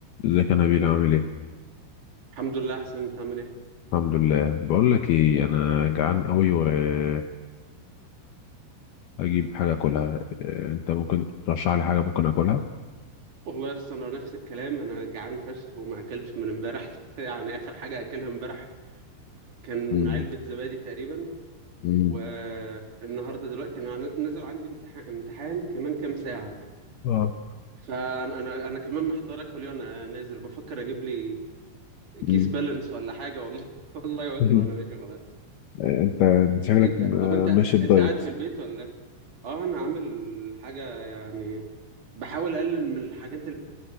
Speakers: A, on the left (about 80°); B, on the right (about 40°).
A: ازيك يا نبيل عامل ايه؟
B: الحمد لله احسن انت عامل ايه
A: الحمد لله بقول لك ايه انا جعان قوي وفكر اجيب حاجه اكلها إيه، انت ممكن ترشح لي حاجه ممكن اكلها؟
B: والله يا اسطى انا نفس الكلام انا جعان فشخ وما اكلتش من امبارح <laughs> يعني اخر حاجه اكلها امبارح كان
A: مم.
B: علبه زبادي تقريبا
A: مم.
B: والنهارده دلوقتي انا عن- نازل عندي امتحان امتحان كمان كام ساعه
A: اه
B: فانا انا انا كمان محتار اكل ايه وانا نازل بفكر اجيب لي كيس
A: مم.
B: بالانس ولا حاجه والله <laughs> والله واكله
A: <laughs>
B: وانا ماشي خلاص
A: انت شكلك
B: انت
A: آه،
B: طب انت
A: ماشي بدايت
B: انت قاعد في البيت ولا إيه؟ اه انا عامل حاجه يعني بحاول اقلل من الحاجات